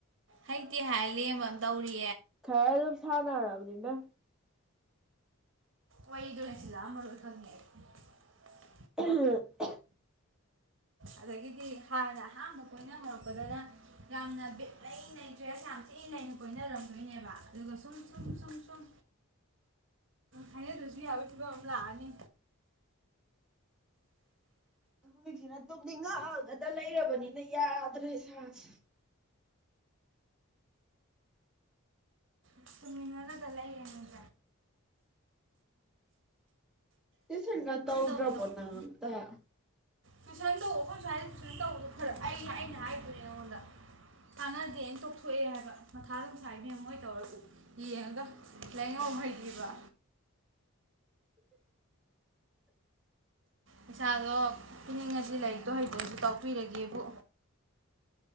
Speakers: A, on the right; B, in the centre.
A: ꯍꯩꯇꯦ ꯍꯥꯏ ꯂꯦꯝꯃ ꯇꯧꯔꯤ
B: ꯈꯔ ꯑꯗꯨꯝ ꯁꯥꯅꯔꯕꯅꯤꯅ
A: ꯋꯥꯔꯤꯗꯣ ꯂꯩꯁꯟꯂꯥꯛꯑꯃꯔꯣꯏ ꯑꯩ ꯈꯪꯉꯦ ꯑꯩ
B: ꯑꯍ
A: ꯑꯗꯒꯤꯗꯤ ꯍꯥꯟꯅ ꯑꯍꯝꯕ ꯀꯣꯏꯅꯃꯔꯛꯄꯗꯅ ꯌꯥꯝꯅ ꯕꯤꯠ ꯂꯩ ꯂꯩ ꯆ꯭ꯔꯦꯁ ꯌꯥꯝ ꯆꯤꯅ ꯂꯩꯩꯅ ꯀꯣꯏꯅꯔꯝꯗꯣꯏꯅꯦꯕ ꯑꯗꯨꯒ ꯁꯨꯝ ꯁꯨꯝ ꯁꯨꯝ ꯁꯨꯝ ꯍꯥꯏꯅꯗ꯭ꯔꯁꯨ ꯌꯥꯕꯒꯤ ꯐꯤꯕꯝ ꯑꯃ ꯂꯥꯛꯑꯅꯤ
B: ꯍꯧꯖꯤꯛꯁꯤꯅ ꯇꯨꯝꯅꯤꯡꯉꯛꯑꯒꯗ ꯂꯩꯔꯕꯅꯤꯅ ꯌꯥꯗ꯭ꯔꯦ ꯏꯁꯥꯥꯁꯦ
A: ꯇꯨꯝꯅꯤꯡꯉꯒꯗ ꯂꯩꯌꯦꯅꯦ
B: ꯇꯨꯏꯁꯟꯒꯥ ꯇꯧꯗ꯭ꯔꯕ
A: ꯇꯧꯅ ꯇꯧꯅ
B: ꯅꯪ ꯑꯝꯇ
A: ꯇꯨꯏꯁꯟ ꯇꯧ ꯑꯩꯈꯣꯏ ꯁꯋꯥꯏꯗꯦ ꯇꯨꯏꯁꯟ ꯇꯧꯕꯗꯣ ꯈꯔ ꯑꯩꯅ ꯑꯩꯅ ꯍꯥꯏꯗꯅꯦ ꯑꯩꯉꯣꯟꯗ ꯀꯥꯟꯅꯗꯦꯅ ꯇꯣꯛꯊꯣꯛꯑꯦ ꯍꯥꯏꯕ ꯃꯊꯥ ꯑꯗꯨꯝ ꯁꯥꯏ ꯏꯕꯦꯝꯃ ꯃꯣꯏ ꯇꯧꯔꯒ ꯌꯦꯡꯉꯒ ꯂꯥꯏꯔꯤꯛ ꯅ ꯃꯔꯣꯝ ꯍꯩꯇ꯭ꯔꯤꯕ ꯄꯩꯥꯁꯥꯗꯣ ꯄꯤꯅꯤꯡꯉꯗꯤ ꯂꯩꯔꯤꯛꯇꯣ ꯍꯩꯇ꯭ꯔꯁꯨ ꯇꯥꯛꯄꯤꯔꯒꯦꯕꯨ